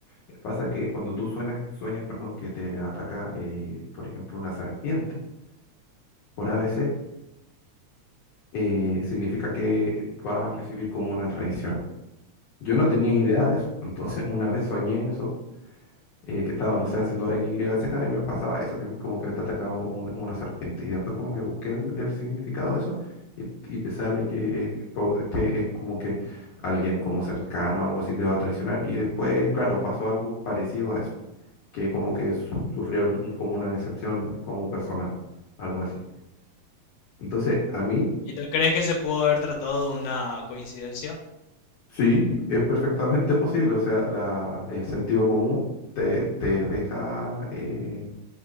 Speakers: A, on the left; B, on the left.
A: eh, pasa que cuando tú suenas, sueñas, perdón, que te ataca, eh, por ejemplo, una serpiente por a ABC, eh, significa que va a recibir como una traición. Yo no tenía idea de eso, <laughs> entonces una vez soñé eso, eh, que estaba, no sé, haciendo X, Y, Z y me pasaba eso, que como que te atacaba una, una serpiente. Y después como que busqué el, el significado de eso y, y te sale que es, po- que es como que alguien como cercano, algo así, te va a traicionar. Y después, claro, pasó algo parecido a eso, que como que su- sufrí algún, como una decepción como personal, algo así. Entonces, a mí
B: ¿Y no crees que se pudo haber tratado de una coincidencia?
A: Sí, es perfectamente posible. O sea, la- el sentido común te, te deja, eh,